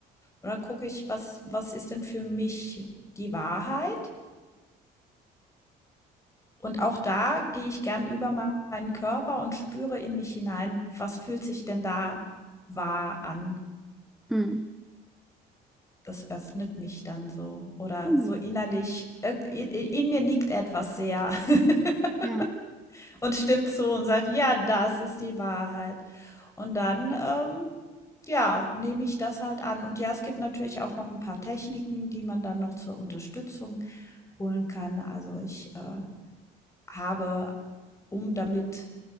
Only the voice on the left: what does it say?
Und dann gucke ich, was, was ist denn für mich die Wahrheit? Und auch da gehe ich gern über meinen Körper und spüre in mich hinein, was fühlt sich denn da wahr an?
das öffnet mich dann so oder
so innerlich, irgend- in, in mir nickt etwas sehr <laughs>
und stimmt zu und sagt, ja, das ist die Wahrheit. Und dann, ähm, ja, nehme ich das halt an. Und ja, es gibt natürlich auch noch ein paar Techniken, die man dann noch zur Unterstützung holen kann. Also ich äh, habe, um damit